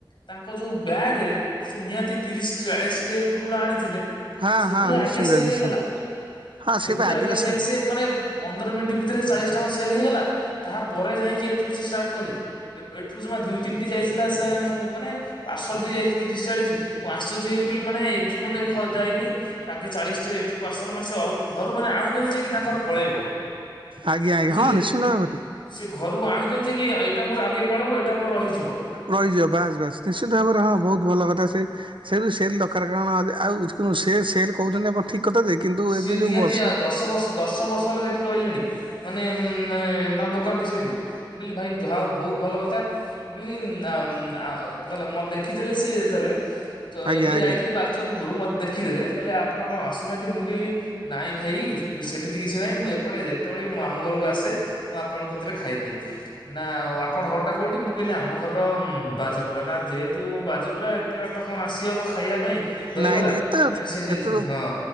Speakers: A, on the left (about 70°); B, on the right (about 80°).
A: ତାଙ୍କ ଯୋଉ ବ୍ୟାଗରେ ସେ ନିହାତି ତିରିଶ ଚାଳିଶଟା ପୁଟୁଳା ଆଣିଥିଲେ।
B: ହଁ
A: ସେଗୁରା
B: ହଁ ନିଶ୍ଚିନ୍ତ
A: ଆଗେ ସେଲେ୍
B: ନିଶ୍ଚିନ୍ତ
A: ହେଇଗଲା
B: ହଁ
A: ସେଗୁରୁରା
B: ସେ ବା ଆଗରେ
A: ଆଗେ ସେଲେ୍ ସେ ମାନେ ପନ୍ଦର ମିନିଟି ଭିତରେ ଚାଳିଶଟା ଙ୍କ ସେଲେ୍ ହେଇଗଲା ତାହାପରେ ଯାଇକି ଏଠୁ ସେ ଷ୍ଟାର୍ଟ କଲେ। ଏଠୁ ଜମା ଦୁଇ ତିନିଟି ଯାଇଥିଲା ସେ ମାନେ ପାର୍ସଲ ଟି ଯାଇଚି ତିରିଶ ଚାଳିଶ ମୁଁ ଆଶ୍ଚର୍ଯ୍ୟ ହେଇଗଲି ବୋଲି ମାନେ ଏଥିରୁ ଖ ମାନେ ଯାଇନି। ଆଗେ ଚାଳିଶ ଟା ଏଠୁ ପାର୍ସଲ ମାନେ ସେ ଘରୁ ମାନେ ଆଣୁନନ୍ତି ଯିଏକି ତାଙ୍କର ପଳେଇବ।
B: ଆଜ୍ଞା ଆଜ୍ଞା
A: ବୁଝିଲେ।
B: ହ ନିଶ୍ଚିନ୍ତ <unintelligible>
A: ସେ ଘରୁ ଆଣୁଚନ୍ତି ଯେ କି ଏଟା ମୋର ଆଗେ ପଳେଇବ ଏଟା ମୋର ରହିଯିବ।
B: ରହିଯିବ ବାସ ବାସ ନିଶ୍ଚିିତ ଭାବରେ ହଁ ବହୁତ ଭଲ କଥା ସେ। ସେଲ ସେଲ ଦରକାର କାରଣ ଆଉ କୁ ସେଲ କହୁଚନ୍ତି ଆପଣ ଠିକ କଥାଯେ କିନ୍ତୁ
A: ସିଏ
B: ଏବେ
A: ନିହାତି
B: ଯୋଉ ବର୍ଷା
A: ଆ ଦଶ ବର୍ଷ ଦଶ ବର୍ଷ ହେଲା ସେଠି ରହିଲିଣି ମାନେ ଉ ତାଙ୍କ ଦୋକାନ ଟି ସେଟି। ମୁଁ କହିଲି ଭାଇ ଯାହାହଉ ବହୁତ ଭଲ କଥା। ମୁଁ କହିଲିି ଉଁଆ ଉଁଆ ମତେ ଦେଖିଦେଲେ ସିଏ ଏଥରେ ତ
B: ଆଜ୍ଞା
A: ଏବେ
B: ଆଜ୍ଞା
A: ଯାଇଥିଲି ବାଲଚନ୍ଦପୁର ମତେ ଦେଖିଦେଲେ କହିଲେ ଆପଣ କଣ ଆସୁନାହାନ୍ତି ମୁଁ ମୁଁ କଲି ନାଇଁ ଭାଇ ସେମିତି କିଛି ନାଇଁ ମୁଁ ଏପଟେ ଯେତେବେଳେ ବି ମୋ ମାମୁଁ ଘରକୁ ଆସେ ମୁଁ ଆପଣଙ୍କ କତିରେ ଖାଇଦିଏ। ନା ଆ ଆପଣ ଘରଟା କୋଉଠି ମୁଁ କହିଲି ଆମ ଘର ବାଜୁପୁରା ନା ଯେହେତୁ ବାଜୁପୁରାରେ ଏତେ ବାଟ କଣ ଆସିହବ ଖାଇବା ପାଇଁ ଦହିବରା
B: ନାଇଁ
A: ନାଇଁ
B: ଏତେ
A: ସିଏ ସିଏ
B: ଏତେ
A: ହଁ।